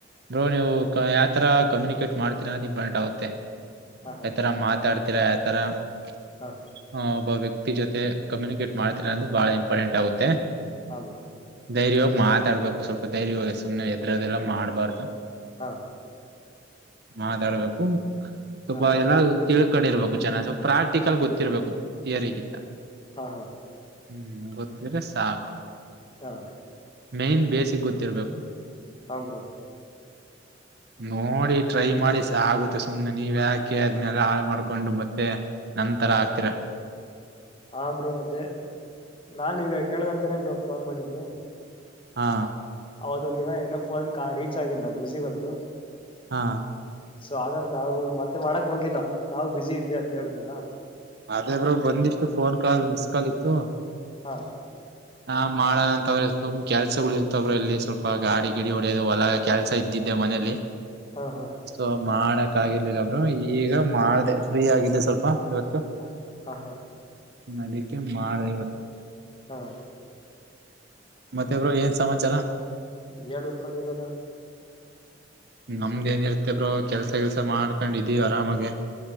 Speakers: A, on the right (about 60°); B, on the left (about 30°).
A: ಬೋ ನೀವು ಯಾವ ತರ ಕಮ್ಯುನಿಕೇಟ್ ಮಾಡ್ತೀರ ಅಂದ ಇಂಪಾರ್ಟೆಂಟ್ ಆಗುತ್ತೆ
B: ಹಾ
A: ಯಾವತರ್ ಮಾತಾಡ್ತಿರ ಯಾವತರ್ ಆ
B: ಹಾ ಹಾ
A: ಒಬ್ಬ ವ್ಯಕ್ತಿ ಜೊತೆ ಕಮ್ಯುನಿಕೇಟ್ ಮಾಡ್ತೀರಾ ಅನ್ನದು ಬಹಳ ಇಂಪಾರ್ಟೆಂಟ್ ಆಗುತ್ತೆ
B: ಹಾ ಬ್ರೋ
A: ಧೈರ್ಯ ಹೋಗಿ ಮಾತಾಡ್ಬೇಕು ಸ್ವಲ್ಪ ದೈರ್ಯವಾಗಿ ಸುಮ್ಮನೆ ಹೆದರುವುದು ಎಲ್ಲಾ ಮಾಡ್ಬಾರ್ದು
B: ಹಾ
A: ಮಾತಾಡ್ಬೇಕು ಸ್ವಲ್ಪ
B: ಹಾ ಹಾ
A: ಎಲ್ಲಾ ತಿಳ ಕೊಂಡಿರ್ಬೇಕು ಚೆನ್ನಾಗಿ ಸ್ವಲ್ಪ ಪ್ರಾಕ್ಟಿಕಲ್ ಗೊತ್ತಿರ್ಬೇಕು ಥಿಯರಿಗಿಂತ
B: ಹಹಾ
A: ಹ್ಮ್ ಗೊತ್ತಿದ್ರೆ ಸಾಕು
B: ಹಾ
A: ಮೇನ್ ಬೇಸಿಕ್ ಗೊತ್ತಿರ್ಬೇಕು
B: ಹ ಬ್ರೋ
A: ನೋಡಿ ಟ್ರೈ ಮಾಡಿ ಆಗುತ್ತೆ ಸುಮ್ನೆ ನೀವ್ ಯಾಕೆ ಅದ್ನ್ನೆಲ್ಲ
B: ಹಾ
A: ಹಾಳ್ ಮಾಡ್ಕೋ ಕೊಂಡು ಮತ್ತೆ ನಂತರ
B: ಹಾ ಹಾ
A: ಹಾಕ್ತಿರ
B: ಹಾ ಬ್ರೋ ಅದೇ ನಾನ್ ಕೇಳ್ದಂತಾನೇ ಬ್ರೋ ಫೋನ್ ಮಾಡಿದ್ದು
A: ಹಾ
B: ಅವತ್ತೊಂದ ದಿನ ಏನೋ ಫೋನ್ ರೀಚ್ ಆಗಿಲ್ಲ ಬಿಸಿ ಬಂತು
A: ಹಾ
B: ಸೊ ಹಾಗಾಗ ನಾವು ಮತ್ತೆ ಮಾಡಕ್ ಹೋಗಿಲ್ಲ ನಾವು ಬಿಸಿ ಇದೆ ಅಂತ ಹೇಳಿದ್ನಲ್ಲ
A: ಅದೇ ಬ್ರೋ ಬಂದಿತ್ತು ಫೋನ್ ಕಾಲ್ ಮಿಸ್ ಕಾಲ್ ಇತ್ತು
B: ಹಾ
A: ಹಾ ಮಾಡೋಣ ಅಂತ ಸುಮ್ ಕೆಲ್ಸಗಳು ಇರ್ತವ್ರ ಇಲ್ಲಿ ಸ್ವಲ್ಪ ಗಾಡಿ ಗಿಡಿ ಹೊಡೆಯೋದು ಹೊಲಗ ಕೆಲ್ಸ ಇದ್ದಿದ್ದೆ ಮನೇಲಿ
B: ಹಾ ಹಾ
A: ಸೊ ಮಾಡಕ್ ಆಗಿರ್ಲಿಲ್ಲ ಬ್ರೋ ಈಗ ಮಾಡ್ದೆ ಫ್ರೀ ಆಗಿದ್ದೆ ಸ್ವಲ್ಪ ಇವತ್ತು
B: ಹ ಹಾ ಹಾ
A: ಅದಿಕೆ ಮಾಡ್ದೆ ಇವತ್ತು
B: ಹ್ಮ
A: ಮತ್ತೆ ಬ್ರೋ ಏನ್ ಸಮಾಚಾರ
B: ಹೇಳ್ಬೇಕು ಬ್ರೋ ನೀವೆ ಎಲ್ಲಾ
A: ನಮ್ದ ಏನಿರುತ್ತೆ ಬ್ರೋ ಕೆಲ್ಸ ಗಿಲ್ಸ ಮಾಡ್ಕೊಂಡಿದೀವಿ ಆರಾಮಾಗೆ